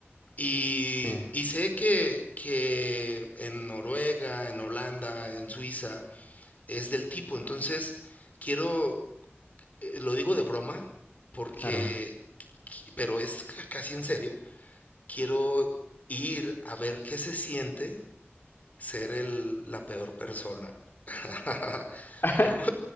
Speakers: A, on the left (about 40°); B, on the left (about 55°).
A: y,
B: Sí,
A: y sé que, que en Noruega, en Holanda, en Suiza es del tipo, entonces quiero eh, lo digo de broma porque,
B: claro.
A: pero es ca- casi en serio, quiero ir a ver qué se siente ser el, la peor persona. <laughs>
B: <laughs>
A: Por-